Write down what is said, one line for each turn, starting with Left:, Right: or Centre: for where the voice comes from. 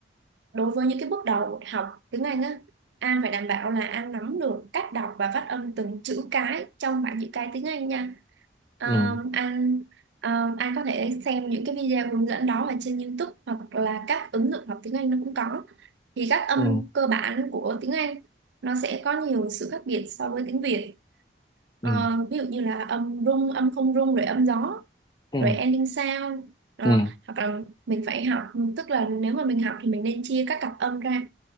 Right: đối với những cái bước đầu học tiếng Anh á An phải đảm bảo là An nắm được cách đọc và phát âm từng chữ cái trong bảng chữ cái tiếng Anh nha Ờ,
Left: ừ
Right: An ờ, An có thể xem những cái video hướng dẫn đó ở trên YouTube hoặc là các ứng dụng học tiếng Anh nó cũng có thì các âm
Left: ừ
Right: cơ bản của tiếng Anh nó sẽ có nhiều sự khác biệt so với tiếng Việt
Left: ừ
Right: Ờ, ví dụ như là âm rung âm không rung rồi âm gió
Left: ừ
Right: rồi ending sound đó.
Left: ừ
Right: hoặc là mình phải học tức là nếu mà mình học thì mình nên chia các cặp âm ra